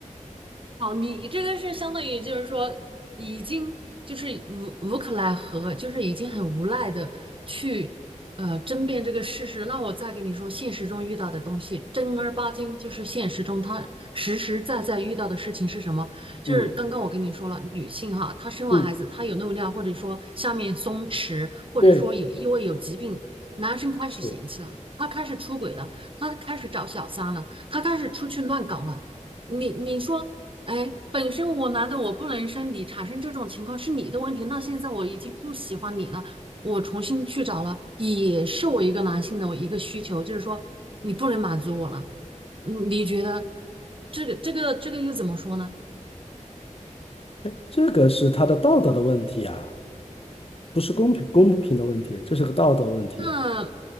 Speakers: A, on the right (about 40°); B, on the left (about 45°).
A: 哦，你这个是相当于就是说，已经就是无无可奈何，就是已经很无奈的去呃争辩这个事实。那我再跟你说，现实中遇到的东西，正儿八经就是现实中他实实在在遇到的事情是什么？就是刚刚我跟你说了，
B: 嗯
A: 女性哈，她生完孩子，
B: 嗯，
A: 她有漏尿，或者说下面松弛，或者说有因为有疾病，
B: 对，
A: 男生开始嫌弃了，
B: 是，
A: 他开始出轨了，他开始找小三了，他开始出去乱搞了。你你说哎，本身我男的我不能生你，产生这种情况是你的问题。那现在我已经不喜欢你了，我重新去找了，也是我一个男性的我一个需求，就是说你不能满足我了。嗯，你觉得这个这个这个又怎么说呢？
B: 哎，这个是他的道德的问题啊，不是公平公不平的问题，这是个道德问题。
A: 那